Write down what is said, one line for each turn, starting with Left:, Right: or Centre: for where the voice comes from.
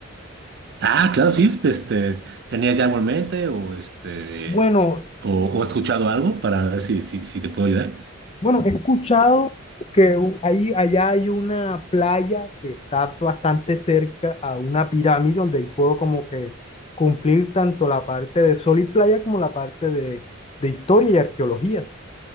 Right: Ah, claro, sí. Este, ¿tenías ya algo en mente o este
Left: Bueno,
Right: o, o escuchado algo para ver si, si, si te puedo ayudar?
Left: Bueno, he escuchado que u- ahí, allá hay una playa que está bastante cerca a una pirámide donde puedo como que cumplir tanto la parte de sol y playa como la parte de, de historia y arqueología.